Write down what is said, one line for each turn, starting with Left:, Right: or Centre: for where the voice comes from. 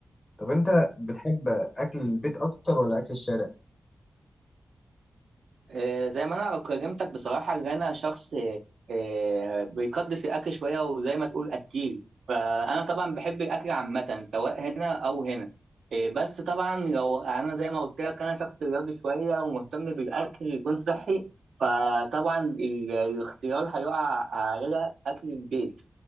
Left: طب انت بتحب اكل البيت اكتر ولا اكل الشارع
Right: آه، زي ما انا كلمتك بصراحه ان انا شخص آه، بيقدس الاكل شويه وزي ما تقول اكيل فانا طبعا بحب الاكل عامه سواء هنا او هنا آه، بس طبعا لو انا زي ما قلت لك انا شخص رياضي شويه ومهتم بالاكل يكون صحي فطبعا ال- الاختيار هيقع على اكل البيت